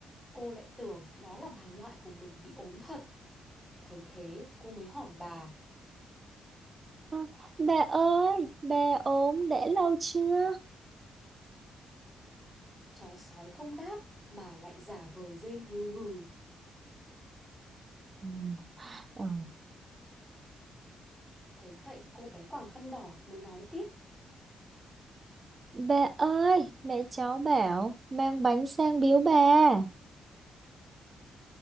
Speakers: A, in the centre; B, on the right (about 30°).
A: Cô lại tưởng đó là bà ngoại của mình bị ốm thật. Thấy thế, cô mới hỏi bà.
B: À. Bà ơi, bà ốm đã lâu chưa?
A: Chó sói không đáp mà lại giả vờ rên hừ hừ.
B: Ừ. ừ.
A: Thấy vậy, cô bé quàng khăn đỏ mới nói tiếp.
B: Bà ơi, mẹ cháu bảo mang bánh sang biếu bà.